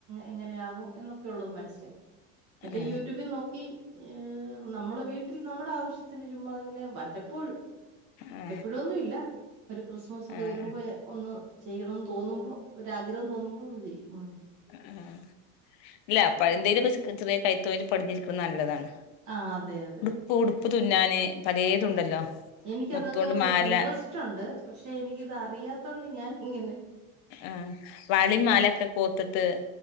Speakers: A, on the right; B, on the left.
A: എങ്ങനെയാകും എന്നൊക്കെയുള്ളത് മനസ്സിലായി. മറ്റേ
B: ആ
A: യൂട്യൂബി നോക്കി. ഏ നമ്മള് വീട്ടിൽ നമ്മുടെ ആവശ്യത്തിന് ചുമ്മാ ഇങ്ങനെ വല്ലപ്പോഴും
B: ആ
A: എപ്പോഴൊന്നും ഇല്ല ഒരു ക്രിസ്മസ് ഒക്കെ
B: ആ
A: വരുമ്പോ ഒന്ന് ചെയ്യണംന്ന് തോന്നുമ്പോ ഒരാഗ്രഹം തോന്നുമ്പോ ഒന്ന് ചെയ്യും ഉം
B: ഹ് ഉം ഇല്ല എന്തേലും ഒക്കെ ചെറിയ കൈതൊഴിൽ പഠിഞ്ഞിരിക്കുന്നത് നല്ലതാണ്.
A: ആഹ് അതെ അതെ
B: പ്പ ഉടുപ്പ് തുന്നാന് പലേതുണ്ടല്ലോ?
A: എനിക്കതൊക്കെ
B: മുത്തോണ്ട് മാല
A: ഇന്ട്രസ്റ്റ് ഉണ്ട് പക്ഷെ എനിക്കിത് അറിയാത്തൊണ്ട് ഞാൻ ഇങ്ങനെ
B: ആഹ് വളീം മാലൊക്കെ കോർത്തിട്ട്